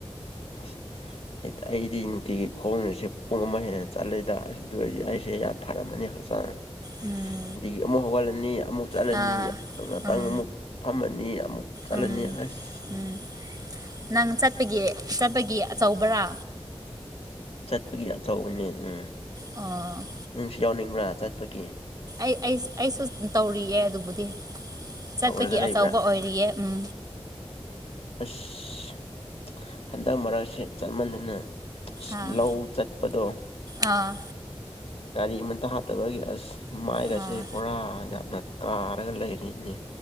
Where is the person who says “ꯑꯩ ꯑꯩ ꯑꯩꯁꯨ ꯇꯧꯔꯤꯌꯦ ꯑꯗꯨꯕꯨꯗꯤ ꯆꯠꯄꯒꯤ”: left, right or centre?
Right